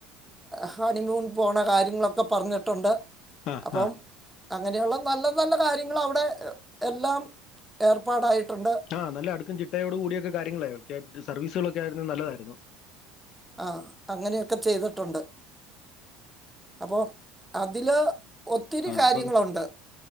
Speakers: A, in the centre; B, on the left.
A: ഹണിമൂൺ പോണ കാര്യങ്ങളൊക്കെ പറഞ്ഞ്ട്ടുണ്ട്
B: ആ
A: അപൊം
B: ആ
A: അങ്ങനെയുള്ള നല്ല നല്ല കാര്യങ്ങള് അവ്ടെ എല്ലാം ഏർപ്പാടായിട്ടുണ്ട്
B: ആഹ് നല്ല അടുക്കും ചിട്ടയോടു കൂടിയൊക്ക കാര്യങ്ങള് ഒക്കെ സർവീസുകളൊക്കെ ആയിരുന്നു നല്ലതായിരുന്നു
A: ആഹ് അങ്ങനെയൊക്കെ ചെയ്തിട്ടുണ്ട് അപ്പോ അതില് ഒത്തിരി
B: ആ
A: കാര്യങ്ങളുണ്ട്
B: അപ്പം